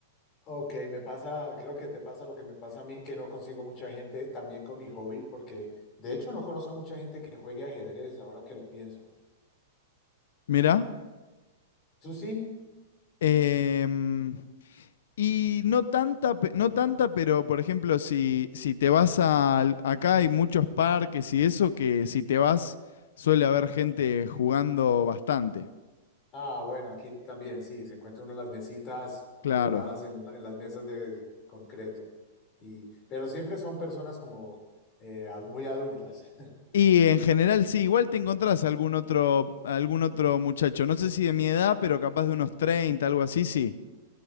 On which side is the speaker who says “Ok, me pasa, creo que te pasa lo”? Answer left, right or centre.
Left